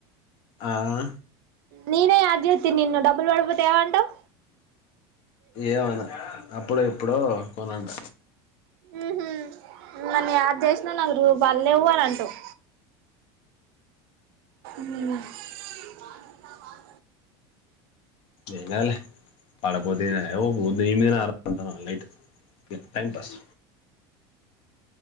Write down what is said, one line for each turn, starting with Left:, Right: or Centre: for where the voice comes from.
Left: ఆ ఆ
Right: నీనే యాడ్ జెత్తి నిన్ను డబ్బుల్ పడుపోతాయ్ అంటావ్
Left: ఏమనా అప్పుడు ఇప్పుడు కొనంట
Right: మ్మ్ హ్మ్ నన్ను యాడ్ చేసినా నాకు రూ బళ్లేవు అని అంటావ్ మ్మ్ <inaudible>
Left: ఏం కాదులే పడపోతే ఏదైనా ఉబ్ ఉద్ ఏమైనా ఆడ్ అంటనా లైట్ టైం పస్